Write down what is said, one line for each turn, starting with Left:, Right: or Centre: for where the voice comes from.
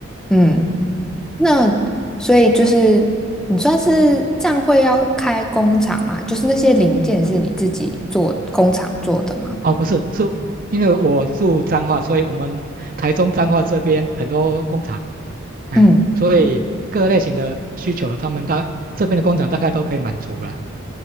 Centre: 嗯，那所以就是你算是这样会要开工厂嘛？就是那些零件是你自己做工厂做的吗？
Right: 哦不是是因为我住彰化，所以我们台中彰化这边很多工厂，哎，
Centre: 嗯，
Right: 所以各类型的需求他们大这边的工厂大概都可以满足了，